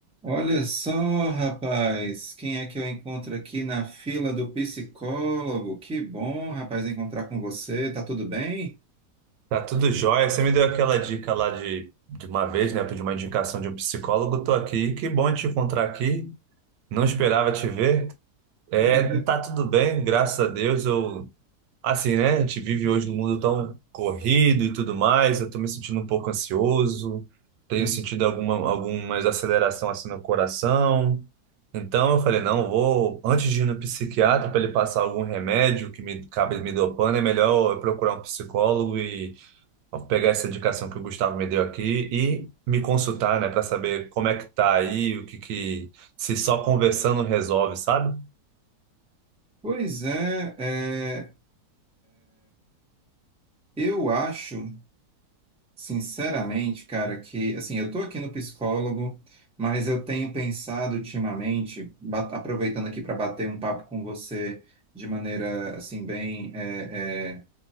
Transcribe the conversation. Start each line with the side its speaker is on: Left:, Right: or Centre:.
Centre: Olha só, rapaz, quem é que eu encontro aqui na fila do psicólogo? Que bom, rapaz, encontrar com você. Tá tudo bem?
Right: Tá tudo jóia. Você me deu aquela dica lá de, de uma vez, né? Eu pedi uma indicação de um psicólogo. Tô aqui. Que bom te encontrar aqui. Não esperava te ver. É,
Centre: Era ve-
Right: tá tudo bem, graças a Deus. Eu, assim, né? A gente vive hoje num mundo tão corrido e tudo mais. Eu tô me sentindo um pouco ansioso. Tenho
Centre: Hum.
Right: sentido alguma, alguma aceleração assim no coração. Então eu falei, não, vou, antes de ir no psiquiatra para ele passar algum remédio que me acabe me dopando, é melhor eu procurar um psicólogo e Vou pegar essa indicação que o Gustavo me deu aqui e me consultar, né, para saber como é que tá aí, o que que se só conversando resolve, sabe?
Centre: Pois é, é, eu acho, sinceramente, cara, que assim, eu tô aqui no psicólogo, mas eu tenho pensado ultimamente, ba- aproveitando aqui para bater um papo com você de maneira assim bem é, é,